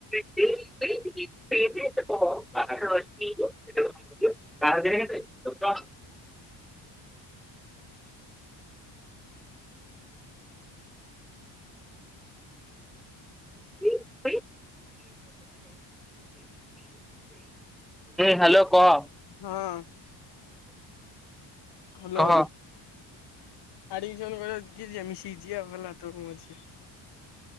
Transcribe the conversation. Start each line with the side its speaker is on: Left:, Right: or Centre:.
Centre: <inaudible> <unintelligible> <unintelligible> ଏ ହ୍ୟାଲୋ କହ
Left: ହଁ ହ୍ୟାଲୋ।
Centre: କହ।
Left: ଆଡମିସନ ବେଳକୁ ମିଶିକି ଜିୟା ଗଲା ବେଳକୁ ତୋର ମୋର ମିଶିକି ଜୀୟା।